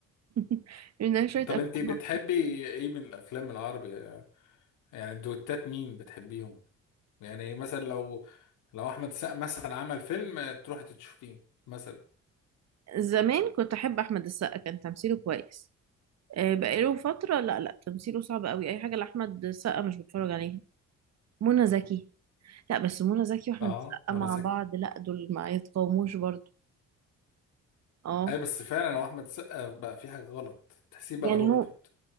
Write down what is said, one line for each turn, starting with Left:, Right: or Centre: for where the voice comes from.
Right: <laughs> لأن شوية أفلام
Left: طب أنت بتحبي
Right: هابطة
Left: إيه من الأفلام العربي آه، يعني الدويتات مين بتحبيهم يعني مثلا لو لو أحمد السقا مثلا عمل فيلم آه، تروحي تشوفيه مثلا
Right: زمان كنت أحب أحمد السقا كان تمثيله كويس آه، بقاله فترة لا لا تمثيله صعب قوي أي حاجة لأحمد السقا مش بتفرج عليها منى زكي لا بس منى زكي وأحمد
Left: أه
Right: السقا
Left: منى
Right: مع
Left: زكي
Right: بعض لا دول ما يتقاوموش برضو اه
Left: أي بس فعلا هو أحمد السقا بقى في حاجة غلط تحسيه بقى
Right: يعني
Left: روبوت
Right: هو